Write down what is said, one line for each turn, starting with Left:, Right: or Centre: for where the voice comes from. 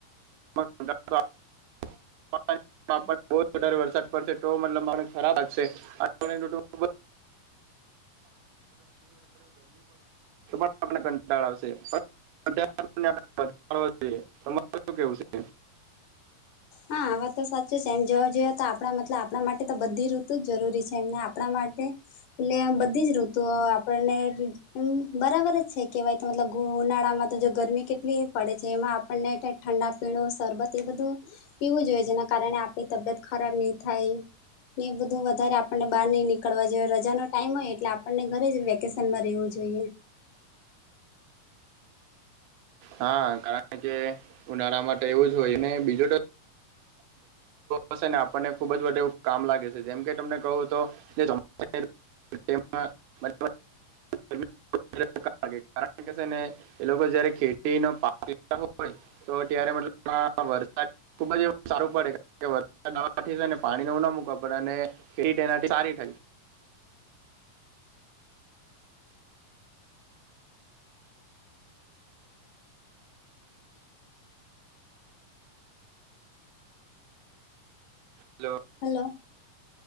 Right: <unintelligible> <unintelligible> બોજ વધારે વરસાદ પડશે તો મતલબ મને ખરાબ લાગશે. આ. <unintelligible> <unintelligible> કંટાળ આવશે. <unintelligible> તમારે શું કેવું છે
Left: હા આ વાત તો સાચી છે એમ જવા જોઈએ તો આપણા મતલબ આપણા માટે તો બધી ઋતુ જરૂરી છે એમને આપણા માટે એટલે બધી જ ઋતુઓ આપણને બરાબર જ છે, કેવાય મતલબ ઉનાળામાં તો જો ગરમી કેટલી પડે છે એમાં આપણને ક ઠંડા પીણું શરબત એ બધું. પીવું જોઈએ જેના કારણે આપણી તબિયત ખરાબ નહી થાય. ને એ બધું વધારે આપણને બહાર નઈ નીકળવા જો રજા નો ટાઈમ હોય એટલે આપણને ઘરે જ વ વકેશનમાં રહેવું જોઈએ.
Right: હા કારણ કે ઉનાળા મા તો એવું જ હોય અને બીજું તો હશે ને આપણને ખુબ જ વે એવું કામ લાગે છે જેમ કે તમને કહું તો <unintelligible> માં <unintelligible> <inaudible> <unintelligible> કારણ કે છે ને એલોકો જ્યારે ખેતીનો પાક વેચતા હોય તો ત્યારે મતલબમાં વરસાદ ખુબ જ એવું સારું પડે કારણ વરસાદ આવવા થી સેને પાણી ન એવુ ન મુકવા પડે અને ખેતી તેનાથી સારી ઠાઈ. હલો.
Left: હલો.